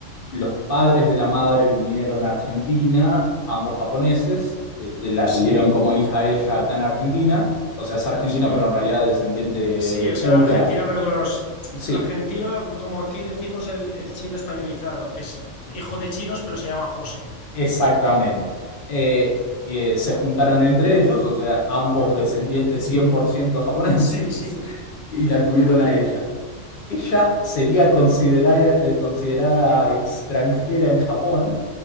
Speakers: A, on the left; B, on the left.
A: los padres de la madre vinieron a Argentina, ambos japoneses, eh, la tuvieron
B: Sí,
A: como hija ella acá en Argentina, o sea, es argentina,
B: Sí,
A: pero en realidad descendiente
B: sí, o sea,
A: pura.
B: Argentina, pero que los
A: Sí,
B: argentinos, como aquí decimos el, el chino españolizado, que es hijo de chinos, pero se llama José.
A: Exactamente. Eh, eh, se juntaron entre ellos, o sea, ambos descendientes 100% japoneses,
B: Sí, sí,
A: <laughs> y la tuvieron a ella. Ella sería considerada, eh, considerada extranjera en Japón